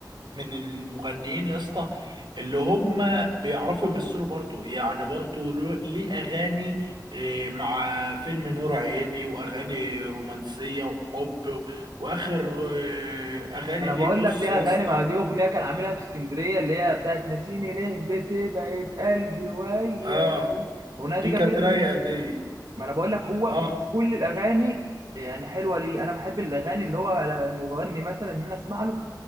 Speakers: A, on the right; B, on the right.
A: من المغنيين يا اسطى اللي هم بيعرفوا يمثلوا برضه يعني برضه له- ليه اغاني آه، مع فيلم نور عيني واغاني رومانسيه وحب و- واخر آه، اغاني
B: انا
A: ليه
B: بقول
A: بص
B: لك ليه
A: يا
B: اغاني
A: اسطى
B: مع ليه اغنيه كان عاملها في اسكندريه اللي هي بتاعه ناسيني ليه بتبعد قلبي وياك
A: اه
B: الاغنيه
A: دي
B: دي جميله
A: كانت رايقه
B: ليه
A: دي
B: ما انا بقول لك هو
A: اه
B: مش كل الاغاني يعني حلوه ليه انا بحب الاغاني اللي هو المغني مثلا ان انا اسمع له